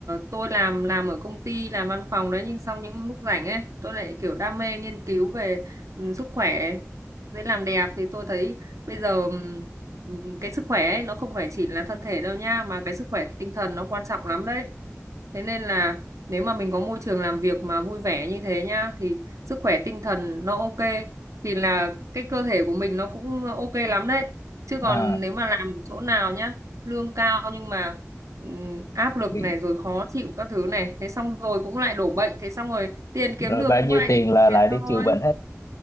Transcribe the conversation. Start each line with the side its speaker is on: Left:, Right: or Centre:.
Right: tôi làm làm ở công ty làm văn phòng đấy nhưng xong những lúc rảnh ấy tôi lại kiểu đam mê nghiên cứu về ừ, sức khỏe với làm đẹp thì tôi thấy bây giờ ừm, ừm, cái sức khỏe ấy nó không phải chỉ là thân thể đâu nha mà cái sức khỏe tinh thần nó quan trọng lắm đấy thế nên là nếu mà mình có môi trường làm việc mà vui vẻ như thế nhá thì sức khỏe tinh thần nó ok thì là cái cơ thể của mình nó cũng ok lắm đấy chứ còn
Left: à,
Right: nếu mà làm ở chỗ nào nhá lương cao nhưng mà ừm, áp lực
Left: bị,
Right: này rồi khó chịu các thứ này thế xong rồi cũng lại đổ bệnh thế xong rồi tiền kiếm
Left: rồi
Right: được
Left: bao
Right: cũng
Left: nhiêu
Right: lại
Left: tiền
Right: đi bệnh
Left: là
Right: viện
Left: lại đi
Right: thôi
Left: trừ bệnh hết